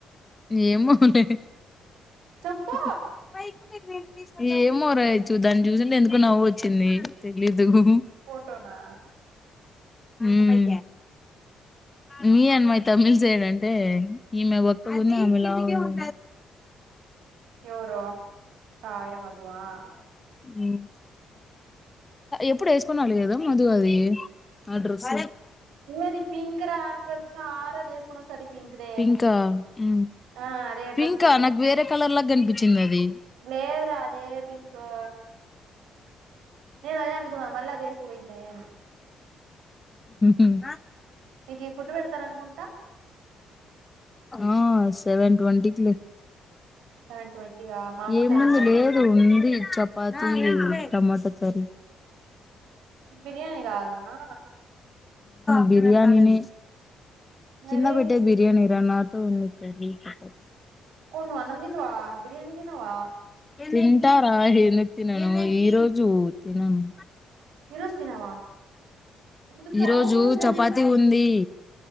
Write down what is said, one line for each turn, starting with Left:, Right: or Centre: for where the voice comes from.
Left: ఏమోలే
Right: చెప్పు
Left: హుహూ పైకు <unintelligible> ఏమో రయచ్చు దాన్ని చూసింటే ఎందుకు నవ్వు వచ్చింది తెలీదు హు
Right: ఫోటోనా
Left: హు హూ మీ అమ్మాయి తమిళ్ సైడ్ అంటే ఈమె బక్కగా వుంది ఆమె లావు
Right: ఎవరు కావ్య మధు ఆ
Left: హు ఎప్పుడు వేసుకునీ రాలే కదా మధు అది అడ్రస్సు
Right: అది పింక్ రా ప్రతి సారీ అదే వేసుకుని వస్తుంది పింక్ దే
Left: పింకా హు
Right: ఆ అదే
Left: పింకా
Right: డ్రెస్
Left: నాకు వేరే కలర్ లా కనిపించింది అది
Right: లేేదు రా అదే పింకు నేను అదే అనుకున్నా మళ్ళీ అదే వేసుకుపోయిందని
Left: ఉమ్.
Right: మీక ఏ ఫుడ్ పెడతారనుకుంటా
Left: ఆ సెవెన్ ట్వంటీ కి లే
Right: సెవెన్ ట్వంటీగా మాకు
Left: ఏముంది
Right: సెవెన్ థర్టీకు
Left: లేదు ఉంది చెప్ప పాతుంది టమాటో కర్రీ
Right: బిర్యాని కాదు అన్నా
Left: బిర్యానీ నే కింద
Right: మరి
Left: పెట్టే బిర్యానీ ఏ నాతో ఉంది కర్రీ చెప్పొద్దు
Right: నువ్వు అన్నం తిన్నావా బిర్యానీ తిన్నవా
Left: తింటారా ఏందుకు తినను ఈ రోజు తినను
Right: ఈ రోజు తినవా ఎందుకు
Left: ఈ రోజు
Right: అవును ఈరోజు
Left: చపాతి
Right: ఎందుకు
Left: ఉంది